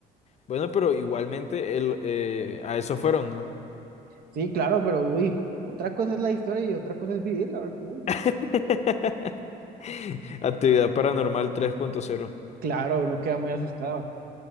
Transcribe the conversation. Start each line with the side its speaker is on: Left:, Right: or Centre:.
Left: Bueno, pero igualmente el, eh, a eso fueron, ¿no?
Right: sí, claro, pero uy, otra cosa es la historia y otra cosa es vivirla, porque uy,
Left: <laughs> Actividad paranormal tres punto cero
Right: claro, uno queda muy asustado.